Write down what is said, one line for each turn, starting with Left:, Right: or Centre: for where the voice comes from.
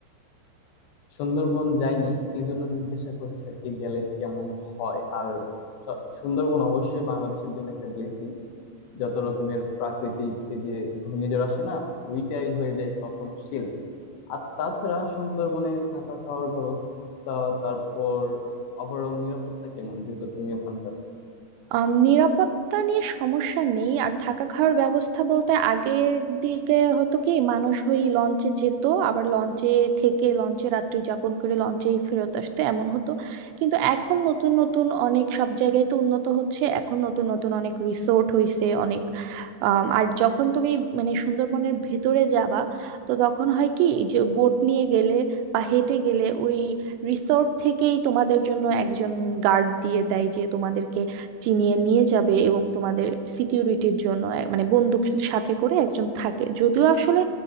Left: সুন্দরবন যাইনি এই জন্য জিজ্ঞাসা করছি আর কি গেলে কেমন হয় আর স- সুন্দরবন অবশ্যই বাংলাদেশের জন্য একটা ব্লেসিং যত রকমের প্রাকৃতিক এই যে ঘূর্ণিঝড় আসে না ওইটাই হয়ে যায় প্রথম শিল্ড আর তাছাড়া সুন্দরবনে থাকা খাওয়ার ব্যবস্থা তারপর ওভারঅল নিরাপত্তা কেমন যেহেতু তুমি ওখানকার
Right: আহ, নিরাপত্তা নিয়ে সমস্যা নেই আর থাকা খাওয়ার ব্যবস্থা বলতে আগের দিকে হতো কি মানুষ ওই লঞ্চে যেত আবার লঞ্চে থেকে লঞ্চে রাত্রি যাপন করে লঞ্চেই ফেরত আসতো এমন হতো কিন্তু এখন নতুন নতুন অনেক সব জায়গায় তো উন্নত হচ্ছে এখন নতুন নতুন অনেক রিসোর্ট হইছে অনেক আম, আর যখন তুমি মানে সুন্দরবনের ভিতরে যাবা তো তখন হয় কি যে বোট নিয়ে গেলে বা হেঁটে গেলে ওই রিসোর্ট থেকেই তোমাদের জন্য একজন গার্ড দিয়ে দেয় যে তোমাদেরকে চিনিয়ে নিয়ে যাবে এবং তোমাদের সিকিউরিটির জন্য এক- মানে বন্দুক সাথে করে একজন থাকে যদিও আসলে